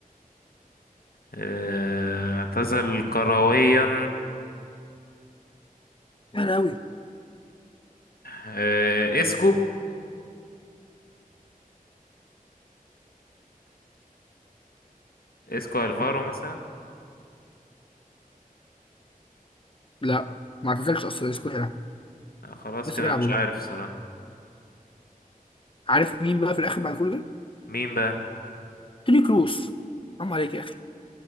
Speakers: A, on the left; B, on the left.
A: آه، اعتزل كرويا
B: سهل قوي
A: آه، اسكو اسكو الفارو مثلا
B: لا ما اعتزلش اصلا لسه بيلعب
A: لا خلاص
B: لسه
A: كده
B: بيلعب
A: مش
B: والله
A: عارف الصراحه
B: عارف مين بقى في الاخر بعد كل ده
A: مين بقى
B: توني كروس حرام عليك يا اخي